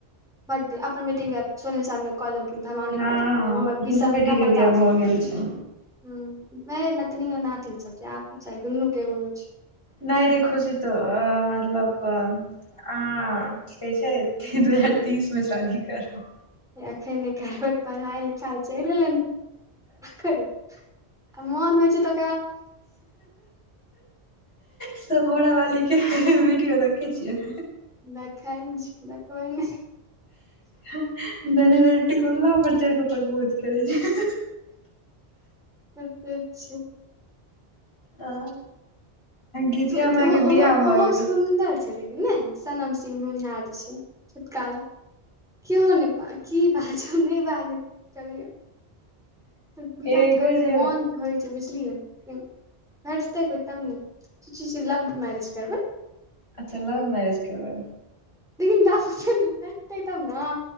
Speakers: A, in the centre; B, on the left.
A: बट अपन बेटे ब आबभ छै सोलह सालमे कदल हम नहि
B: हँ
A: कट
B: दुनू
A: बीस सालमे
B: बेटी
A: केना
B: के
A: बर्दा
B: बियाह भऽ गेल छै
A: ह मे नतनी नाथीन सभ च आ चाही दुनू केहु छै
B: नहि रे खुशी तऽ मतलब आ कि कहै छै दू हजार तीस मे शादी करू
A: एखन नहि करबै पढ़ाइ लिखाइ चल। नै कर मन होइ छै तो
B: सभ घोड़ वाली के वीडियो देखै छियै
A: <unintelligible> देखै देखबै
B: ह। बने रह टिकुल्ला पर चढ़ि कऽ प्रबोध करै छै
A: अच्छा अच्छा
B: आ। गीतिया
A: ओहो
B: माय के
A: ओहो
B: बियाह भऽ
A: ओहो
B: गेलै
A: सुन्दर छै लेकिन। नहि सनम सिह यह जे छै छुटकाला के ने कि बाजो नहि बाज करैय तऽ बियह
B: एगो
A: करयके
B: जे
A: मोन तऽ होइ छै बुझलियै भात तैतब नेच लाभ करबै।
B: अच्छा लव मैरेज करबै
A: लेकिनटतै तब न